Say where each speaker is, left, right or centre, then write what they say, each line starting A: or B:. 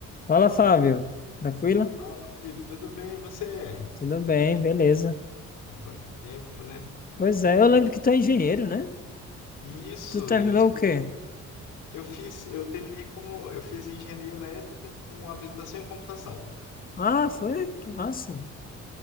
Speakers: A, on the left; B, on the left.
A: Fala, Fábio. Tranquilo?
B: Fala, Felipe, tudo bem? E você?
A: Tudo bem, beleza.
B: Há quanto tempo, né?
A: Pois é, eu lembro que tu é engenheiro, né?
B: Isso,
A: Tu terminou
B: eu sou-
A: o quê?
B: eu fiz, eu terminei como, eu fiz engenharia elétrica com habilitação em computação.
A: Ah, foi? Que massa.